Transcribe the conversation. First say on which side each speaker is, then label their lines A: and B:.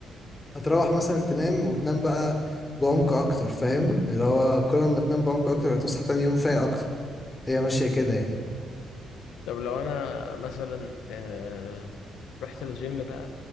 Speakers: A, on the left (about 20°); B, on the left (about 85°).
A: هتروح مثلا تنام وتنام بقى بعمق اكتر فاهم اللي هو كل ما تنام بعمق اكتر هتصحى تاني يوم فايق اكتر هي ماشية كده يعني
B: طب لو انا مثلا آه، رحت الجيم بقى